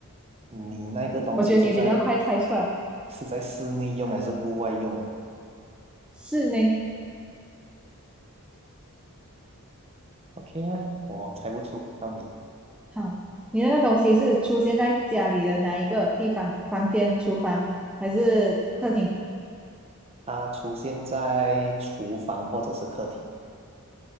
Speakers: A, on the right; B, in the centre.
A: 你那个东西是在
B: 我觉得你比较快猜出来，
A: 是在室内用还是户外用啊
B: 是呢。
A: ？OK 啊，我猜不出，到你。
B: 好，你那个东西是出现在家里的哪一个地方？房间、厨房还是客厅？
A: 它出现在厨房或者是客厅，